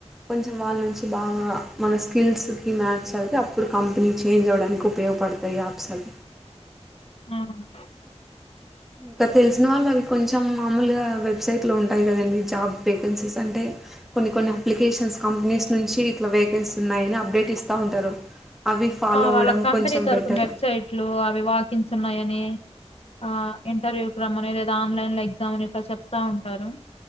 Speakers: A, in the centre; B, on the left.
A: కొంచెం వాళ్ళ నుంచి బాగా మన స్కిల్స్కి మ్యాచ్ అయితే, అప్పుడు కంపెనీ చేంజ్ అవ్వడానికి ఉపయోగపడతాయి యాప్స్ అవి.
B: అవును
A: ఇంకా తెలిసిన వాళ్ళు అవి కొంచెం మామూలుగా వెబ్సైట్ లో ఉంటాయి కదండి, జాబ్ వేకెన్సీస్ అంటే కొన్ని కొన్ని అప్లికేషన్స్ కంపెనీస్ నుంచి ఇట్లా వేకెన్సీస్ ఉన్నాయని అప్డేట్ ఇస్తా ఉంటారు అవి. ఫాలో అవ్వడం
B: వాళ్ళ కంపెనీ
A: కొంచెం
B: తరపున
A: బెటర్
B: వెబ్సైట్లు అవి వాకింగ్స్ ఉన్నాయని ఆ ఇంటర్వ్యూ మని లేదా ఆన్లైన్ లో ఎగ్జామ్ అని ఇట్లా చెప్తా ఉంటారు